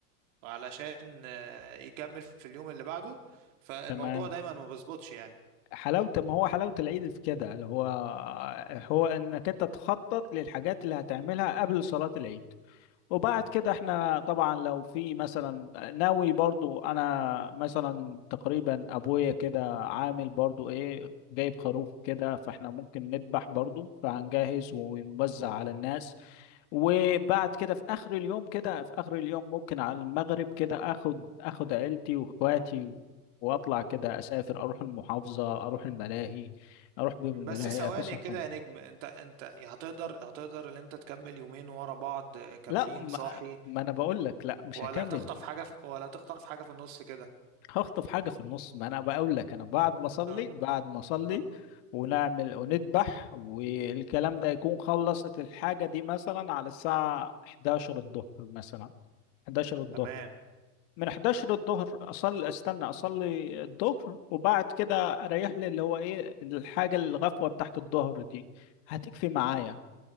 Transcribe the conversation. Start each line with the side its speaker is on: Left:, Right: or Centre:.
Right: علشان آه، يكمل في اليوم اللي بعده فالموضوع
Left: تمام
Right: دايما ما بيظبطش يعني
Left: حلاوة ما هو حلاوة العيد في كده اللي هو هو إنك أنت تخطط للحاجات اللي هتعملها قبل صلاة العيد وبعد كده احنا طبعا لو في مثلا ناوي برضو انا مثلا تقريبا ابويا كده عامل برضو ايه جايب خروف كده فاحنا ممكن نذبح برضو فهنجهز ونوزع على الناس وبعد كده في اخر اليوم كده في اخر اليوم ممكن على المغرب كده اخد اخد عيلتي واخواتي واطلع كده اسافر اروح المحافظة اروح الملاهي اروح بيهم
Right: بس
Left: الملاهي
Right: ثواني
Left: افسحهم
Right: كده يا نجم انت انت هتقدر هتقدر ان انت تكمل يومين ورا بعض كاملين
Left: لا ما,
Right: صاحي
Left: ما انا بقول لك لا مش
Right: ولا
Left: هكمل
Right: هتخطف حاجة في ولا هتخطف حاجة في النص كده
Left: هخطف حاجة في النص ما انا بقول لك انا بعد ما اصلي
Right: اه
Left: بعد ما اصلي
Right: اه
Left: ونعمل ونذبح والكلام
Right: م.
Left: ده يكون خلصت الحاجة دي مثلا على الساعة 11 الظهر مثلا 11 الظهر
Right: تمام
Left: من 11 الظهر اصلي استنى اصلي الظهر وبعد كده اريح لي اللي هو ايه الحاجة الغفوة بتاعت الظهر دي هتكفي معايا